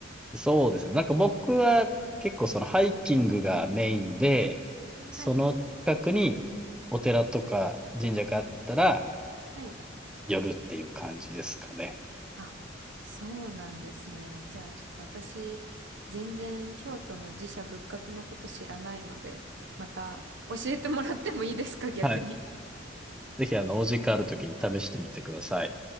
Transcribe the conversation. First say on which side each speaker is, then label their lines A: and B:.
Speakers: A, in the centre; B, on the right (about 65°).
A: そうですね。なんか僕は結構そのハイキングがメインで、その近くにお寺とか神社があったら
B: はい。はい
A: 寄るっていう感じですかね。
B: あ、そうなんですね。じゃあちょっと私、全然京都の寺社仏閣のこと知らないので、また教えてもらってもいいですか、逆に。
A: はい。ぜひあの、お時間ある時に試してみてください。